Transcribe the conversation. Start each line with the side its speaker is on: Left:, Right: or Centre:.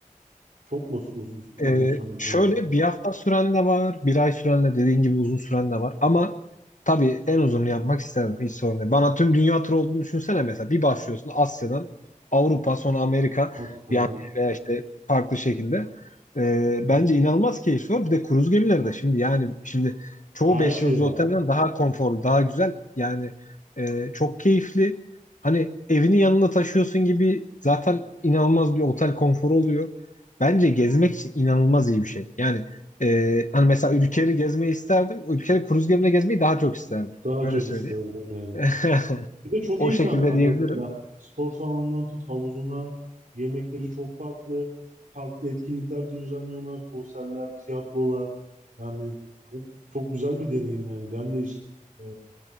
Right: çok mu uz- uz- uzun,
Left: Ee,
Right: söyledim
Left: şöyle
Right: ben?
Left: bir hafta süren de var, bir ay süren de dediğin gibi uzun süren de var. Ama tabii en uzununu yapmak isterim. Hiç sorun değil. Bana tüm dünya turu olduğunu düşünsene mesela. Bir başlıyorsun Asya'dan Avrupa sonra Amerika
Right: Asla.
Left: yani veya işte farklı şekilde. Ee, bence inanılmaz keyifli olur. Bir de kruz gemileri de şimdi yani şimdi çoğu
Right: Her
Left: 5
Right: şey
Left: yıldız
Right: var.
Left: otelden daha konforlu, daha güzel. Yani e, çok keyifli. Hani evini yanına taşıyorsun gibi zaten inanılmaz bir otel konforu oluyor. Bence gezmek için inanılmaz iyi bir şey. Yani e, hani mesela ülkeleri gezmeyi isterdim. Ülkeleri kruz gemine gezmeyi daha çok isterdim.
Right: Daha
Left: Öyle
Right: çok
Left: söyleyeyim.
Right: isterdim yani.
Left: <laughs>
Right: Bir de çok
Left: O
Right: imkan
Left: şekilde
Right: var
Left: diyebilirim.
Right: mesela. Spor salonundan tut havuzuna, yemekleri çok farklı. Farklı etkinlikler düzenliyorlar, konserler, tiyatrolar. Yani çok çok güzel bir deneyim yani. Ben de iş e,